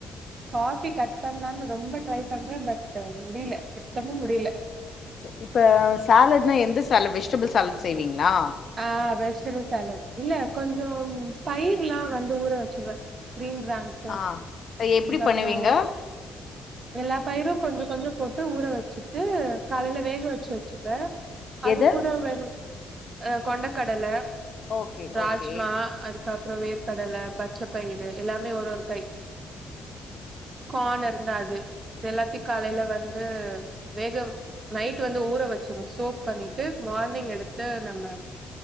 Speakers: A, on the right; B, on the left.
A: காஃபி கட் பண்லான்னு ரொம்ப ட்ரை பண்றே பட் முடியலே சுத்தமா முடியல
B: செரி இப்ப சேலட்னா எந்த சேலட் வெஜ்டெபிள் சேலட் செய்வீங்களா
A: ஆ வெஜ்டெபிள் சேலட் இல்ல கொஞ்சொ பயிர் எல்லா வந்து ஊற வெச்சுருவ க்ரீன் க்ரேம்ஸ்சு
B: ஆ எப்டி
A: அதுக்கப்பறோ
B: பண்ணுவீங்க
A: எல்லா பயிரு கொஞ்சொ கொஞ்சொ போட்டு ஊற வெச்சிட்டு காலேல வேக வெச்சு வெச்சுப்ப அது
B: எது
A: கூட வெணு ஆ கொண்டகடல
B: ஓகே
A: ராஜ்மா
B: ஓகே
A: அதுக்கப் அப்பறோ வேர்கடல பச்சை பயிரு எல்லாமே ஒரு ஒரு கை கான் இருந்தா அது இது எல்லாத்தயு காலைல வந்து வேக நைட்டு வந்து ஊற வெச்சுருனு சோக் பண்ணிட்டு மார்னிங் எடுத்து நல்லா